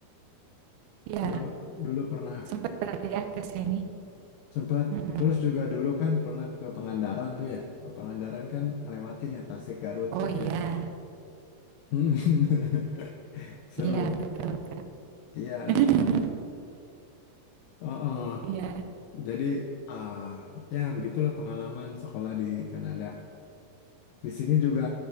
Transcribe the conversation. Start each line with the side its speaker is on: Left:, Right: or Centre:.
Right: Iya,
Left: Dulu dulu pernah
Right: sempat berarti ya ke sini.
Left: sempat
Right: Mhm.
Left: terus juga dulu kan pernah ke Pangandaran tuh ya. Ke Pangandaran kan ngelewatin ya Tasik Garut
Right: Oh
Left: gitu
Right: iya,
Left: ya. <laughs> Seru.
Right: iya betul Kak.
Left: Iya.
Right: <laughs>
Left: Oh, oh.
Right: Iya,
Left: Jadi ah, ya begitulah pengalaman sekolah di Kanada. Di sini juga